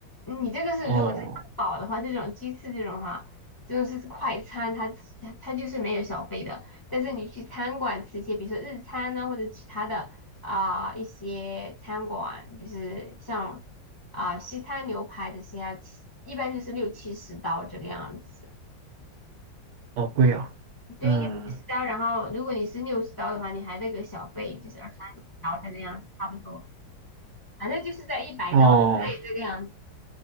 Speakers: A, on the left; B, on the right.
A: 你这个是如果是汉堡的话，
B: 哦，
A: 这种鸡翅这种哈，就是快餐，它自它它就是没有小费的。但是你去餐馆吃一些，比如说日餐呐、或者其他的啊、一些餐馆，就是像啊、西餐牛排这些啊，其一般就是六七十刀这个样子。
B: 好贵啊，
A: 对于六七十刀，
B: 嗯。
A: 然后如果你是六十刀的话，你还得给小费，就是二三十刀这个样子，差不多。反正就是在一百刀对这个样子，
B: 哦